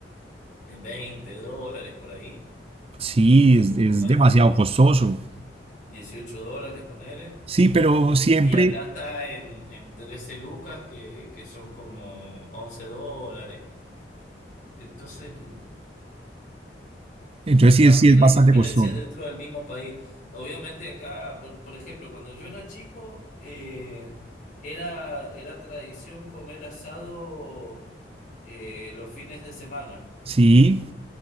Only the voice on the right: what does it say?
Sí,
es,
es
demasiado costoso.
Sí, pero siempre,
entonces sí,
es- sí es bastante
costoso.
Sí,